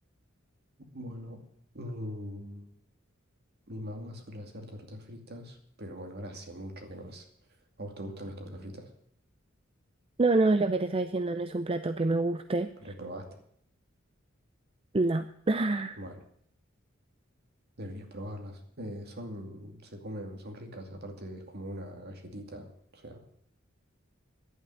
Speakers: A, on the right; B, on the right.
A: Bueno, mi, mi mamá suele hacer tortas fritas, pero bueno, ahora hace mucho que no hace. ¿A vos te gustan las tortas fritas?
B: No, no es lo que te estaba diciendo, no es un plato que me guste,
A: Pero probaste.
B: no. <laughs>
A: Bueno, deberías probarlas. Eh, son, se comen, son ricas, aparte es como una galletita. O sea,